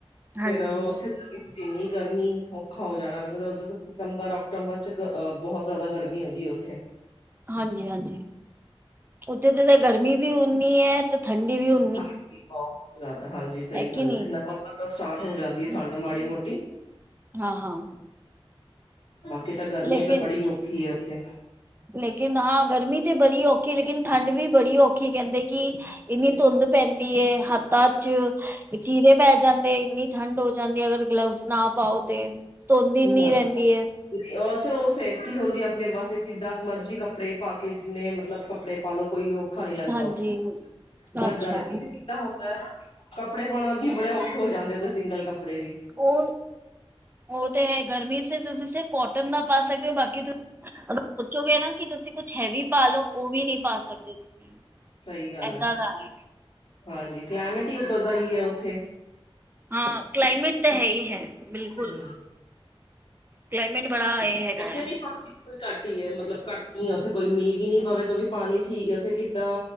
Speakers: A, on the left; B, on the right.
A: ਫੇਰ
B: ਹਾਂਜੀ।
A: ਓਥੇ ਇੰਨੀ ਗਰਮੀ, ਔਖਾ ਹੋ ਜਾਣਾ ਮੈਨੂੰ ਤਾਂ ਉਧਰ ਤਾਂ ਸਿਤੰਬਰ, ਓਕਟਮਬਰ ਚ ਗ -ਬਹੁਤ ਜਾਦਾ ਗਰਮੀ ਹੋਂਦੀ ਏ ਓਥੇ।
B: ਹਾਂਜੀ- ਹਾਂਜੀ। ਉੱਥੇ ਤੇ ਤਾਂ ਗਰਮੀ ਵੀ ਉਨੀ ਐ ਤੇ ਠੰਡੀ ਵੀ ਉ
A: ਹਾਂਜੀ ਬਹੁਤ ਜਾਦਾ, ਹਾਂਜੀ ਸਈ ਗੱਲ
B: ਕਿ ਨਹੀਂ
A: ਐ। ਨਵੰਬਰ ਤੋਂ ਸਟਾਰਟ ਹੋ ਜਾਂਦੀ ਐ ਠੰਡ ਮਾੜੀ- ਮੋਟੀ।
B: ਹਾਂ- ਹਾਂ।
A: ਬਾਕੀ ਤਾਂ ਗਰਮੀ
B: ਲੇਕਿਨ
A: ਤਾਂ ਬੜੀ ਔਖੀ ਐ ਉੱਥੇ।
B: ਲੇਕਿਨ ਹਾਂ ਗਰਮੀ ਤੇ ਬੜੀ ਔਖੀ ਲੇਕਿਨ ਠੰਡ ਵੀ ਬੜੀ ਔਖੀ ਕੈਂਦੇ ਕਿ ਇੰਨੀ ਧੁੰਦ ਪੈਂਦੀ ਏ ਹੱਥਾਂ ਚ ਚੀਰੇ ਪੈ ਜਾਂਦੇ, ਇੰਨੀ ਠੰਡ ਹੋ ਜਾਂਦੀ ਅਗਰ ਗਲਵਜ਼ ਨਾ ਪਾਓ ਤੇ ਧੁੰਦ ਇੰਨੀ
A: ਨਈ ਹਾਂ
B: ਰਹਿੰਦੀ ਏ
A: ਅਹ ਚਲੋ ਉਹ ਸੇਫਟੀ ਹੁੰਦੀ ਹੈ। ਆਪਣੇ ਵਾਸਤੇ ਕਿਦਾਂ ਮਰਜ਼ੀ ਕੱਪੜੇ ਪਾ ਕੇ ਜਿੰਨੇ ਮਤਲਬ ਕੱਪੜੇ ਪਾ ਲਓ ਕੋਈ ਔਖਾ ਨਈ ਲੱਗਦਾ
B: ਹਾਂਜੀ
A: ਉੱਥੇ, ਪਰ
B: ਅੱਛਾ
A: ਗਰਮੀ ਚ ਹੁੰਦਾ, ਕੱਪੜੇ ਪਾਉਣਾ ਵੀ ਬੜੇ ਔਖੇ ਹੋ ਜਾਂਦੇ ਉਥੇ ਸਿੰਗਲ ਕੱਪੜੇ ਵੀ
B: ਉਹ- ਉਹ ਤੇ ਹੈ। ਗਰਮੀ ਤੇ ਤੁਸੀਂ ਸਿਰਫ ਕੋਟਨ ਨਾ ਪਾ ਸਕਦੇ ਹੋ ਬਾਕੀ ਸੋਚੋਗੇ ਨਾ ਕਿ ਤੁਸੀਂ ਕੁਛ ਹੈਵੀ ਪਾ ਲਓ ਉਹ ਵੀ ਨੀ ਪਾ ਸਕਦੇ ਤੁਸੀਂ,
A: ਸਹੀ ਗੱਲ
B: ਏਦਾਂ ਦਾ ਹੈ।
A: ਹਾਂਜੀ, ਕਲੈਮਟ ਹੀ ਉੱਧਰ ਪਈ ਹੈ ਉੱਥੇ
B: ਹਾਂ, ਕਲਾਈਮੇਟ ਤਾਂ ਹੈ ਈ ਹੈ। ਬਿਲਕੁਲ
A: ਹੂੰ
B: ਕਲਾਈਮੇਟ ਬੜਾ ਇਹ ਹੈਗਾ
A: ਉੱਥੇ
B: ਹੈ
A: ਵੀ ਬਿਲਕੁਲ ਘੱਟ ਹੀ ਹੈ। ਮਤਲਬ ਘੱਟ ਹੀ ਹੈ। ਉੱਥੇ ਕੋਈ ਮੀਂਹ ਵੀ ਨੀ ਪਵੇ ਤਾਂ ਵੀ ਪਾਣੀ ਠੀਕ ਹੈ। ਉੱਥੇ ਕਿੱਦਾਂ